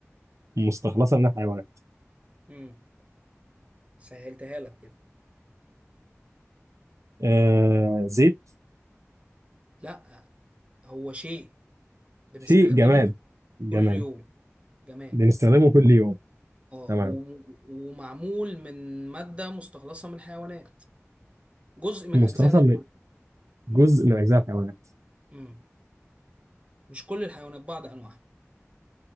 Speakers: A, on the right; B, on the right.
A: مستخلصة من الحيوانات
B: امم سهلتها لك كده
A: آه، زيت
B: لا هو شيء بنستخدمه
A: شيء جماد جماد
B: كل يوم جماد
A: بنستخدمه كل يوم
B: اه
A: تمام
B: وم- ومعمول من مادة مستخلصة من الحيوانات جزء من
A: مستخلصة
B: أجزاء الحيوانات
A: من جزء من أجزاء الحيوانات
B: امم مش كل الحيوانات بعض أنواعها